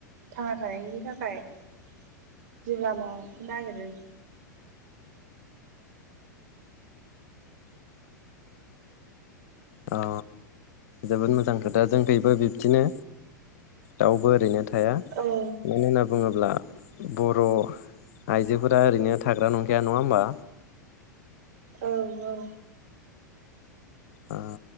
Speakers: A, on the right; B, on the left.
A: थांना थानायनि थाखाय जिउ लामाखौ नागिरो
B: अ जोबोद मोजां खोथा जोंखैबो बिब्दिनो दाउबो ओरैनो थाया थाया
A: औ
B: मानो होनना बुङोब्ला बर' आइजोफोरा ओरैनो थाग्रा नंखाया नङा होमबा
A: औ औ
B: ओ